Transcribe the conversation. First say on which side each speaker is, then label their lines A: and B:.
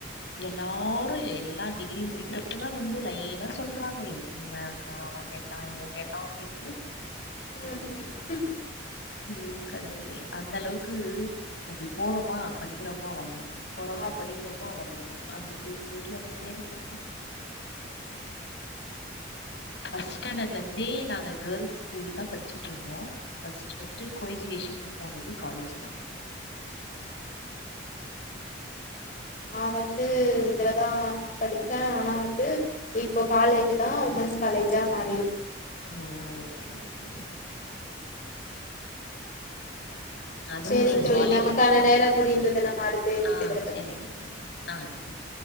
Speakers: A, on the left; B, on the left.
A: எல்லாரு எல்லா டிகிரி முடிக்கிறப்பதா வந்து லைனா சொல்றாங்க இவெ இருந்தா அவெ கேட் டா இவெ கேட்டா அப்டின்ட்டு
B: ம் ம்
A: ஓ கடவுளே அந்த அளவுக்கு அப்டி போறோமா படிக்குறோமா வந்துடணும் போறோமோ
B: ஆ
A: படிக்கிறோமோ வந்துருனும் அப்டி போயிட்டு போயிட்டு வந்துட்டே இருந்தேன் ஃபஸ்ட் ஸ்டாண்டர்ட்லருந்தே நாங்க கேர்ள்ஸ் ஸ்கூல் தான் படிச்சிட்டுருந்தோம் ஃபர்ஸ்ட் ஃபஸ்ட்டு கோஜிகேஷன்னு போனது காலேஜ்ல தான்
B: நான் வந்து இதில தான் படிச்சேன் ஆனா வந்து இப்போ காலேஜ் தான் உமன்ஸ் காலேஜா மாறிருக்
A: ஓ ஓகே ஓகே அதுவும்
B: சேரிங்
A: ஒரு
B: தோழி
A: ஜாலி
B: நமக்கான
A: டைம் தா
B: நேரம் முடிந்தது நம்ம அடுத்த இணைப்பில
A: ஆ செரி ஆ செரி